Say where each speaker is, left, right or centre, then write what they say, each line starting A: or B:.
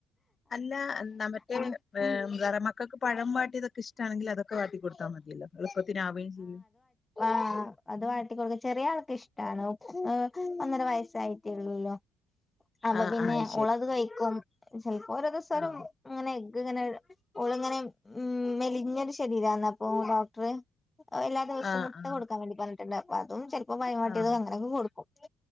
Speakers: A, on the left; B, on the left.
A: അല്ല നമ്മറ്റേ
B: ആ ഉം
A: വറ മക്കൾക്ക് പഴം വാട്ടിയതൊക്കെ ഇഷ്ടമാണെങ്കിൽ അതൊക്കെ വാട്ടികോടുത്താൽ മതിയല്ലോ എളുപ്പത്തിനാവുകയും ചെയ്യും
B: ആഹ് അത് വാട്ടിക്കൊടുക്ക ചെറിയ ആൾക്ക ഇഷ്ടം ണോ ഹ ഒന്നര വയസ്സായിട്ടേള്ല്ലോ അപ്പൊ
A: ആഹ്
B: പിന്നെ
A: ആഹ് അത് ശരി
B: ഉളത് കഴിക്കും ചിലപ്പോ ഓരോ ദിവസരും
A: ആഹ്
B: അങ്ങനെ എഗ്ഗ് ഇങ്ങനെ ഒളിങ്ങനെ ഉ മെലിഞ്ഞൊരു ശരീരന്ന അപ്പൊ ഡോക്ടർ എലദിവസം
A: ആഹ്
B: മുട്ട
A: ആഹ്
B: കൊടുക്കാൻ വേണ്ടി പറഞ്ഞിട്ടുണ്ട് അപ്പൊ അതും ചിലപ്പോ ഭയമാട്ടിയതും
A: ആഹ്
B: അങ്ങനെയൊക്കെ കൊടുക്കും